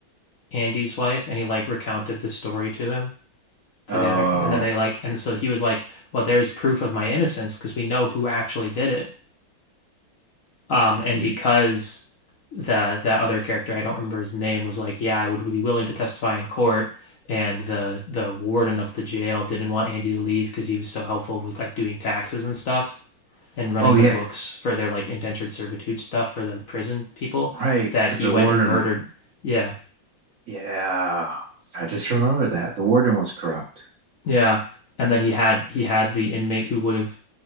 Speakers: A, on the left; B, on the right.
A: Andy's wife and he like recounted the story to him. to
B: Oh,
A: the other and then they like and so he was like well there's proof of my innocence because we know who actually did it um and
B: yeah.
A: because the that other character I don't remember his name was like yeah I would be willing to testify in court and the the warden of the jail didn't want Andy to leave because he was so helpful with like doing taxes and stuff and running
B: Oh,
A: the
B: yeah.
A: books for their like indentured servitude stuff for the prison people
B: Right.
A: that
B: Because
A: he
B: the
A: went
B: warden.
A: and murdered yeah
B: Yeah. I just remember that the warden was corrupt.
A: yeah and then he had he had the inmate who would have